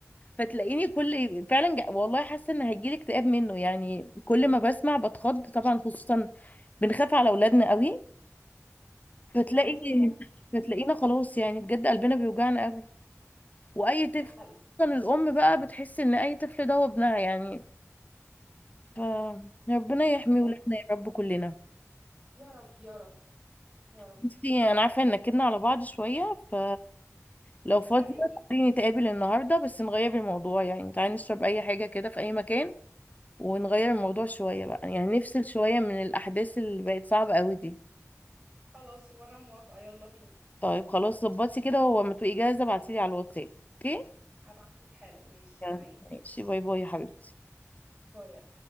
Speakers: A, on the left; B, on the right.
A: فتلاقيني كل فعلا جا... والله حاسه ان هيجيلي اكتئاب منه يعني كل ما بسمع بتخض طبعا خصوصا بنخاف على اولادنا قوي
B: بالظبط
A: فتلاقي
B: والموضوع
A: <laughs>
B: مهم
A: فتلاقينا
B: جدا
A: خلاص يعني بجد قلبنا بيوجعنا قوي واي طفل
B: ده حقيقي
A: خصوصا الام بقى بتحس ان اي طفل ده هو ابنها يعني فربنا يحمي
B: هو
A: ولادنا
B: الموضوع
A: يا رب كلنا
B: يا رب يا رب يا رب
A: بصي انا عارفه ان كدنا على بعض شويه ف لو فاضية
B: ده حقيقي
A: تعالي نتقابل النهاردة بس نغير الموضوع يعني تعالي نشرب أي حاجة كده في أي مكان ونغير الموضوع شوية بقى يعني نفصل شوية من الأحداث اللي بقت صعبة قوي دي
B: خلاص وانا موافقة يلا بينا
A: طيب خلاص ظبطي كده وما تبقي جاهزة ابعتيلي على الواتساب اوكي
B: هبعت لك حالا ماشي
A: يلا،
B: عينيا
A: ماشي باي باي يا حبيبتي
B: باي